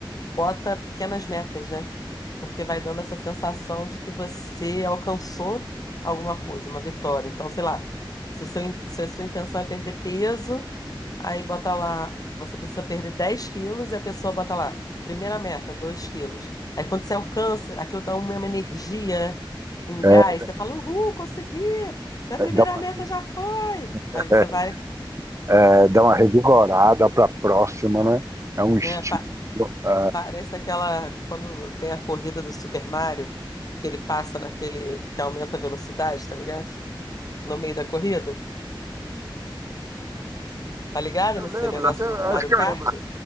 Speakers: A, on the left; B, on the right.
A: bota pequenas metas, né? Porque vai dando essa sensação de que você alcançou alguma coisa, uma vitória. Então, sei lá, se o seu, in- se a sua intenção é perder peso, aí bota lá, você precisa perder 10 quilos e a pessoa bota lá, primeira meta, 2 quilos. Aí quando você alcança, aquilo dá uma uma energia, né? Um
B: é,
A: gás, você fala, uhul, consegui! Minha
B: é,
A: primeira
B: dá uma,
A: meta já foi! Aí
B: é,
A: você vai,
B: é, dá uma revigorada para a próxima, né? É um estímulo.
A: né?
B: é.
A: Parece aquela, quando tem a corrida do Super Mario, que ele passa naquele que aumenta a velocidade, tá ligado? No meio da corrida. Tá ligado
B: Eu
A: nesse
B: lembro,
A: negócio
B: até, acho
A: do Mario
B: que
A: Kart?
B: eu lembro.